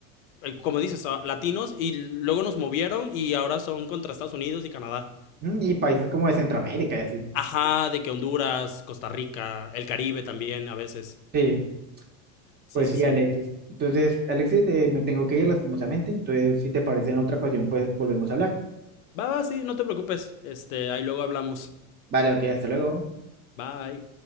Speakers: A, on the left; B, on the right.
A: eh, como dices, a- latinos, y luego nos movieron y ahora son contra Estados Unidos y Canadá.
B: Mm, Y países como de Centroamérica y así.
A: Ajá, de que Honduras, Costa Rica, el Caribe también a veces.
B: Sí,
A: Sí,
B: pues
A: sí,
B: sí,
A: sí.
B: Alexis. Entonces, Alexis, eh, me tengo que ir lastimosamente, entonces si te parece en otra ocasión, pues volvemos a hablar.
A: Va, va, sí, no te preocupes. Este, ahí luego hablamos.
B: Vale, ok, hasta luego.
A: Bye.